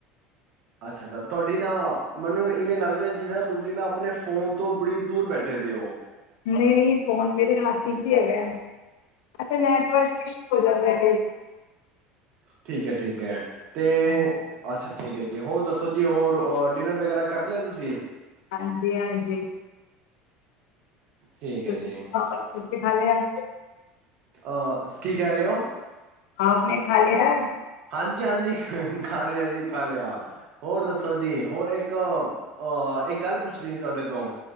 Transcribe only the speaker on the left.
ਨੀ ਨੀ ਫੋਨ ਮੇਰੇ ਹੱਥ ਵਿੱਚ ਹੀ ਹੈਗਾ ਅੱਛਾ ਨੈਟਵਰਕ ਇਸ਼ੂ ਹੋ ਜਾਂਦਾ ਕਈ
ਹਾਂਜੀ ਹਾਂਜੀ
ਤੁਸੀਂ
ਸੁਣਾਓ ਤੁਸੀਂ ਖਾ ਲਿਆ
ਆਪ ਨੇ ਖਾ ਲਿਆ